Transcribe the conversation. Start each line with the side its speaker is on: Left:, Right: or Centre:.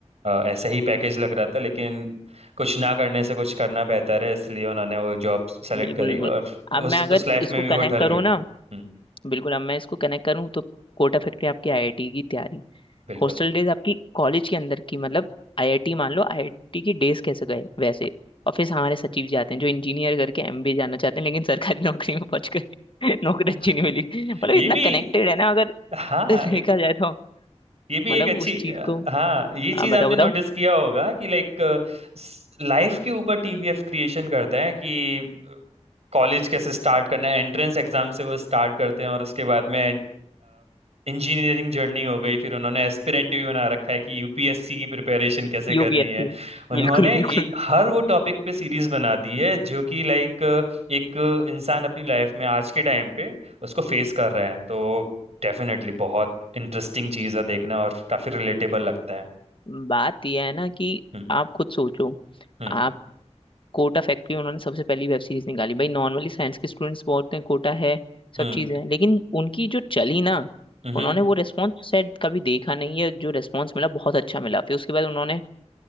Right: ऐसा ही पैकेज लग रहा था लेकिन कुछ ना करने से कुछ करना बेहतर है इसलिए उन्होंने वो जॉब सेलेक्ट
Left: बिल्कुल
Right: करी
Left: बिल्कुल
Right: और
Left: अब
Right: उस
Left: मैं अगर
Right: उस लाइफ
Left: इसको
Right: में भी वो
Left: कनेक्ट
Right: ढल
Left: करूँ
Right: गए
Left: ना
Right: हम्म
Left: बिल्कुल अब मैं इसको कनेक्ट करूँ तो कोटा फैक्ट्री आपकी आईआईटी की तैयारी
Right: बिल्कुल
Left: हॉस्टल डेज आपकी कॉलेज के अंदर की मतलब आईआईटी मान लो आईआईटी की डेज कैसे गए वैसे और फिर हमारे सचिव जी आते हैं जो इंजीनियर करके एमबीए जाना चाहते हैं लेकिन सरकारी <laughs> नौकरी में पहुंच गए <laughs> नौकरी
Right: <laughs>
Left: अच्छी नहीं मिली मतलब
Right: ये
Left: इतना
Right: भी
Left: कनेक्टेड है ना अगर
Right: हाँ
Left: <laughs> देखा
Right: एक-
Left: जाए तो
Right: ये भी
Left: मतलब
Right: एक अच्छी
Left: उस चीज
Right: अ,
Left: को
Right: हाँ ये चीज
Left: आ, बताओ
Right: आपने
Left: बताओ
Right: नोटिस किया होगा कि लाइक लाइफ के ऊपर टीवीएफ क्रिएशन करता है कि कॉलेज कैसे स्टार्ट करना है एंट्रेंस एग्जाम से वो स्टार्ट करते हैं और उसके बाद में इंजीनियरिंग जर्नी हो गई फिर उन्होंने एस्पिरेंट भी बना रखा है कि यूपीएससी की प्रिपरेशन कैसे करनी
Left: यूपीएससी
Right: है उन्होंने
Left: बिल्कुल बिल्कुल
Right: ए, हर वो टॉपिक पे सीरीज बना दी है जो कि लाइक एक इंसान अपनी लाइफ में आज के टाइम पे उसको फेस कर रहा है तो डेफिनेटली बहुत इंटरेस्टिंग चीज है देखना और काफी रिलेटेबल लगता है
Left: बात यह है ना कि
Right: हम्म
Left: आप खुद सोचो
Right: हम्म
Left: आप कोटा फैक्ट्री उन्होंने सबसे पहली वेब सीरीज निकाली भाई नॉर्मली साइंस के स्टूडेंट्स बहुत हैं कोटा है
Right: हम्म
Left: सब चीज़ है लेकिन उनकी जो चली ना
Right: हम्म
Left: उन्होंने वो रेस्पॉन्स शायद कभी देखा नहीं है जो रेस्पॉन्स मिला बहुत अच्छा मिला फिर उसके बाद उन्होंने